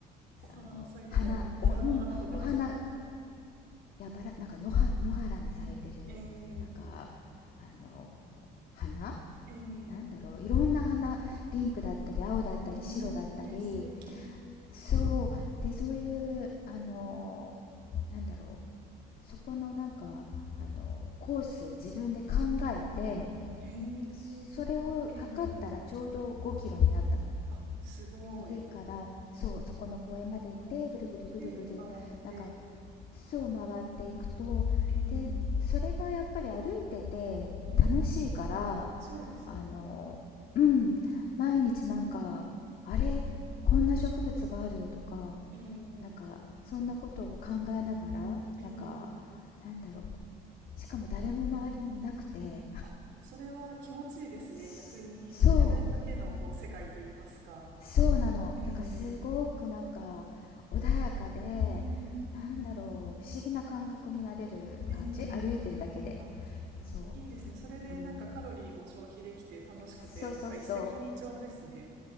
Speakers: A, on the left; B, on the right.
A: その、
B: お花が咲いてたり、
A: 花、
B: バラの花とかですか。
A: お、うん、お花、やばら、なんか野は野原に咲いてる、
B: えー、
A: なんか、あの、花
B: えー、
A: なんだろういろんな花ピンクだったり青だったり白だったり
B: うーん、えー、素敵。
A: そうでそういうあのなんだろうそこのなんかあのコースを自分で考えて
B: へえー、
A: それを測ったらちょうど5キロになったの
B: えーあ、すごい。
A: 家からそうそこの公園まで行ってぐるぐるぐるぐるなんか
B: はい。で、回って、
A: 巣を回っていくとでそれがやっぱり歩いてて楽しいから
B: ええ、ええ。そうですよね。
A: あのうん毎日なんかあれこんな植物があるとか
B: ええ
A: なんかそんなことを考えながらなんか
B: ええ
A: なんだろうしかも誰も周りにいなくて
B: あ、それは気持ちいいですね。
A: <laughs>
B: 逆に自分だけのこう世界といいますか。
A: そうそうなのなんかすごくなんか穏やかでなんだろう不思議な感覚になれる感じ歩いてるだけで
B: ええうい。ん。ええあ、なるほど。
A: そ
B: いいですね。それでなんかカロリーも消費できて楽しくて、
A: う、うん、そうそうそ
B: なんか一石二鳥ですね。